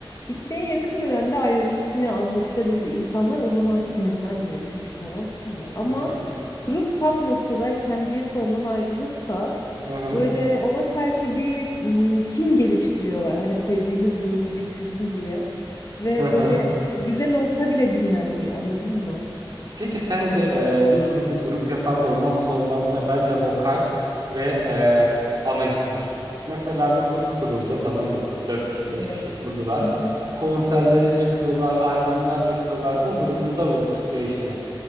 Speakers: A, on the left; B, on the right.
A: Bitmeye yakın dönemde ayrılış yine anlaşılabilir. İnsanlar o zaman sinirlenmiyor çünkü tamam mı? Ama
B: Hı hı.
A: grup tap noktadayken birisi ondan ayrılırsa
B: Hı hı.
A: böyle ona karşı bir mm, kin geliştiriyorlar. Hani sevdiğimiz grubu bitirdin diye. Ve
B: Hı hı.
A: böyle e, güzel olsa bile dinlenmiyor anladın mı?
B: Peki sence e, bir grubu grup yapan olmazsa olmaz ne? Bence vokal ve e, ana gitar. Mesela bir grup kuruldu tamam mı? 4 kişi beş
A: Evet.
B: kişi kurdular.
A: Hı hı.
B: Konserlere çıkıyorlar, albümler yapıyorlar. O grubun davulcusu değişti.